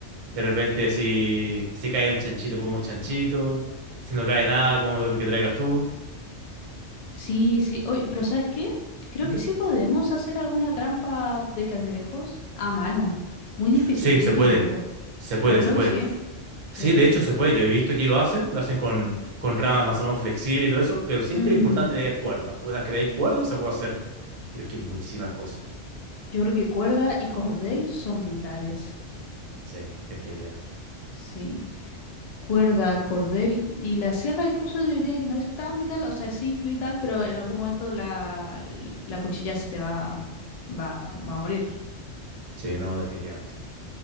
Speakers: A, on the right; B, on the left.
A: de repente, si, si cae un chanchito, comemos chanchito. Si no cae nada, comemos lo que traigas tú.
B: Sí, sí. Oye, pero ¿sabes qué? Creo
A: ¿Mm?
B: que sí podemos hacer alguna trampa de cangrejos a mano. Muy difícil,
A: Sí, se
B: difícil
A: puede.
B: igual.
A: Se puede,
B: Pero creo
A: se puede.
B: que sí,
A: Sí,
B: sí.
A: de hecho, se puede. Yo he visto que lo hacen. Lo hacen con, con ramas más o menos flexibles y todo eso. Pero siempre
B: Mm,
A: es importante tener cuerda. Una vez que tenéis cuerda, se puede hacer. Pero es que muchísimas cosas.
B: yo creo que cuerda y cordel son vitales.
A: Sí, definitivamente.
B: Sí. Cuerda, cordel y la sierra incluso yo diría que no es tan vital. O sea, sí vital, pero en algún momento la, la cuchilla se te va, va, va a morir.
A: Sí, no, definitivamente.